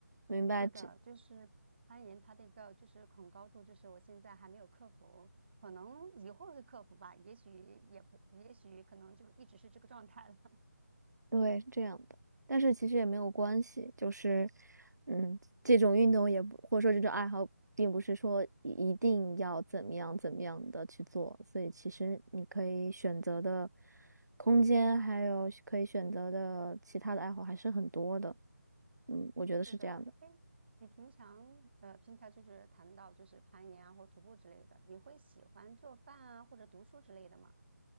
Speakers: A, on the right (about 75°); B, on the right (about 40°).
A: 明白。
B: 是的，就是攀岩，它的一个就是恐高度，就是我现在还没有克服，可能以后会克服吧，也许也不，也许可能就一直是这个状态了。<laughs>
A: 对，是这样的，但是其实也没有关系，就是，嗯，这种运动也不，或者说这种爱好，并不是说一一定要怎么样怎么样的去做，所以其实你可以选择的空间，还有可以选择的其他的爱好还是很多的，嗯，我觉得是这样的。
B: 是的，哎，你平常呃，平常就是谈到就是攀岩啊或徒步之类的，你会喜欢做饭啊或者读书之类的吗？